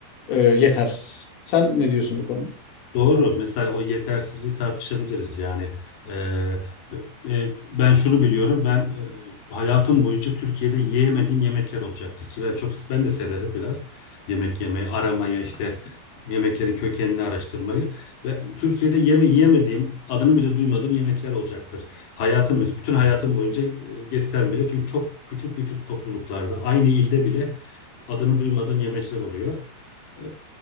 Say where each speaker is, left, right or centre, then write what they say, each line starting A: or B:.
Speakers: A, on the left; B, on the left.
A: e, yetersiz. Sen ne diyorsun
B: Evet.
A: bu konuda?
B: Doğru. Mesela o yetersizliği tartışabiliriz. Yani e, b- e, ben şunu biliyorum. Ben e, hayatım boyunca Türkiye'de yiyemediğim yemekler olacaktır ki ben çok ben de severim biraz yemek yemeyi, aramayı işte yemeklerin kökenini araştırmayı ve Türkiye'de yeme yiyemediğim, adını bile duymadığım yemekler olacaktır. Hayatımız, bütün hayatım boyunca e, geçsem bile çünkü çok küçük küçük topluluklarda aynı ilde bile adını duymadığım yemekler oluyor. E,